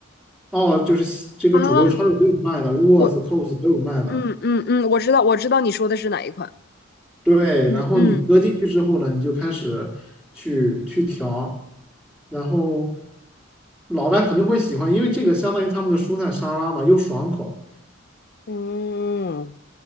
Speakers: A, in the centre; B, on the left (about 50°).
A: 哦，就是西这个主流超市都有卖的
B: 啊，
A: w o
B: 我
A: o l o r t h s Coles 都有卖的。
B: 嗯嗯嗯，我知道我知道你说的是哪一款。
A: 对，
B: 嗯嗯，
A: 然后你搁进去之后呢，你就开始去去调，然后老外肯定会喜欢，因为这个相当于他们的蔬菜沙拉嘛，又爽口。
B: 嗯，